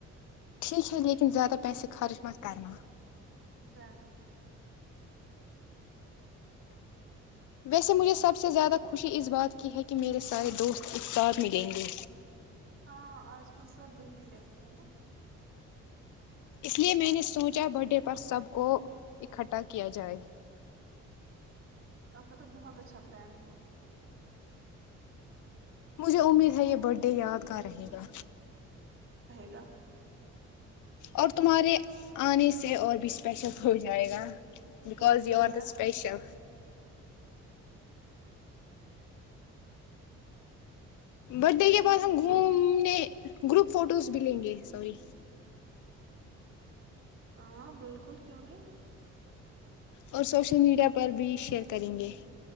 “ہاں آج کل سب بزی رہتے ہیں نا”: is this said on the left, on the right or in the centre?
Right